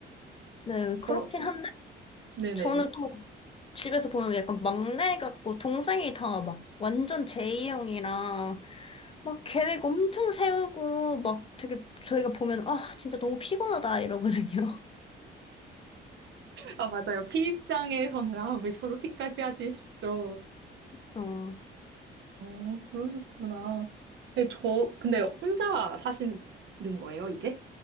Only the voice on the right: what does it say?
저,
네네.
아, 맞아요. 피 입장에서는, 아, 왜 저렇게까지 하지 싶죠.
어, 그러셨구나. 근데 저, 근데 혼자 사시는 거예요, 이제?